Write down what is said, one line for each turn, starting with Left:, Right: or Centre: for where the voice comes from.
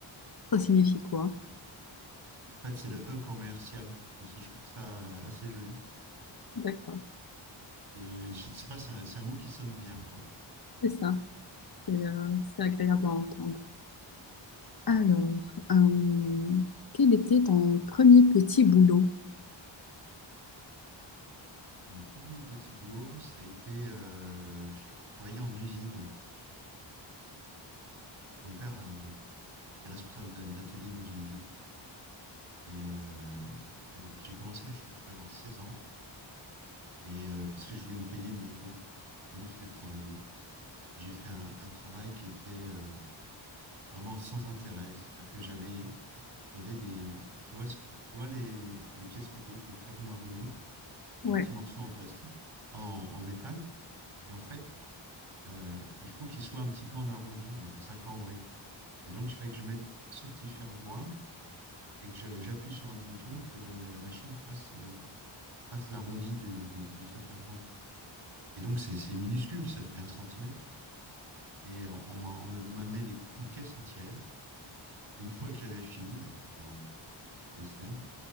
Left: ça signifie quoi?
Right: En fait, c'est le E commercial, mais c'est- je trouve ça assez joli.
Left: D'accord.
Right: C'est, je sais pas, c'est un, c'est un mot qui sonne bien, quoi.
Left: C'est ça. c'est euh, c'est agréable à entendre. Alors, euh, quel était ton premier petit boulot?
Right: Mon premier petit boulot, ça a été, euh, j'ai j'ai travaillé en usine. Parce que mon père euh, était responsable d'a- d'atelier dans une usine. Et euh, j'ai commencé, à- je crois que je devais avoir 16 ans, et, euh, parce que je voulais me payer une moto. Donc j'ai travaillé. J'ai fait un, un travail qui était... euh, vraiment sans intérêt. C'est-à-dire que j'avais, j'avais des, tu vois, ce- tu vois les, les pièces métalliques, les fermoirs de montre, c'est
Left: Ouais,
Right: un petit morceau en Ouais. plastique, en, en métal. Et en fait, euh, il faut qu'il soit un petit peu en arrondi, on appelle ça cambré. Et donc, je fais que je mette ce petit fermoir et que je- j'appuie sur un bouton et que le- la machine fasse, euh, fasse l'arrondi du- de, de ce fermoir. Et donc, c'est c'est minuscule, ça fait un centimètre. Et euh, on m'a on m'a amené des- une caisse entière. Et une fois que j'avais fini, donc pendant des semaines,